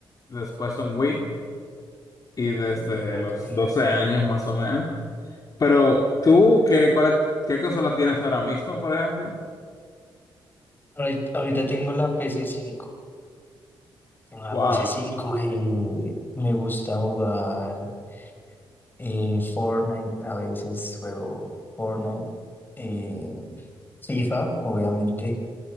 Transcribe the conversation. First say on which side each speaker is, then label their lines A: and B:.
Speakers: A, on the left (about 40°); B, on the left (about 20°).
A: después un Wii y desde
B: Ok.
A: los 12 años más o menos. Pero tú, ¿qué, cuál, qué consola tienes ahora mismo, por ejemplo?
B: Ahorita, ahorita tengo la pc cinco Tengo la
A: Wow.
B: pc cinco eh, me gusta jugar eh, Fortnite. A veces juego Fortnite. eh, FIFA, obviamente.